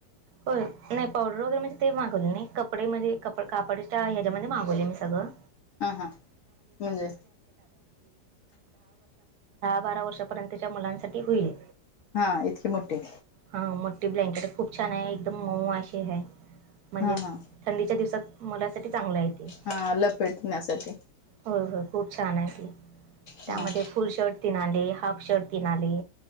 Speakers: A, on the right (about 70°); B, on the left (about 65°).
A: हो नाही पावडर वगैरे म्हणजे ते मागवले नाही कपडे म कप कापडच्या ह्याच्यामध्ये मागवले मी ब
B: हा हा म्हणजे
A: बारा वर्षापर्यंतच्या मुलांसाठी होईल
B: हा इतकीे मोठे
A: हा मोठी ब्लँकेट खूप छान आहे, एकदम मऊशी आहेै म्हणजे.
B: हा हा
A: थंडीच्या दिवसात मलासाठी चांगलं य ते.
B: हा लपेटण्यासाठी
A: होय होय खूप छान आहे ती त्यामध्ये.
B: हा
A: फुल शर्ट तिनाले हाफ शर्ट तिनाले.